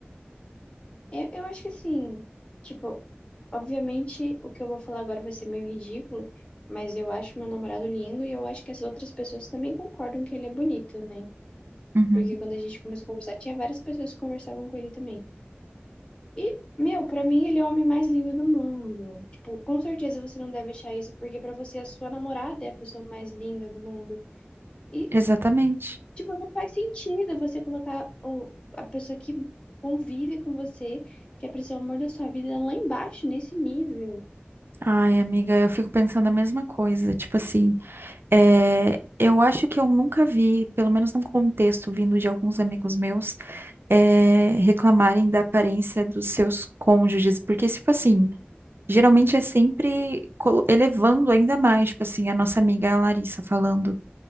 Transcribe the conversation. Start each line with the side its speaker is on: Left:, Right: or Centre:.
Left: Eu, eu acho que assim, tipo, obviamente o que eu vou falar agora vai ser meio ridículo, mas eu acho meu namorado lindo e eu acho que as outras pessoas também concordam que ele é bonito, né?
Right: Uhum,
Left: Porque quando a gente começou a conversar, tinha várias pessoas que conversavam com ele também. E, meu, pra mim ele é o homem mais lindo do mundo. Tipo, com certeza você não deve achar isso, porque pra você a sua namorada é a pessoa mais linda do mundo. E,
Right: exatamente.
Left: tipo, não faz sentido você colocar o, a pessoa que convive com você, que é pra ser o amor da sua vida, lá embaixo, nesse nível.
Right: Ai, amiga, eu fico pensando a mesma coisa. Tipo assim, é, eu acho que eu nunca vi, pelo menos num contexto vindo de alguns amigos meus, é, reclamarem da aparência dos seus cônjuges. Porque, tipo assim, geralmente é sempre colo- elevando ainda mais. Tipo assim, a nossa amiga Larissa falando.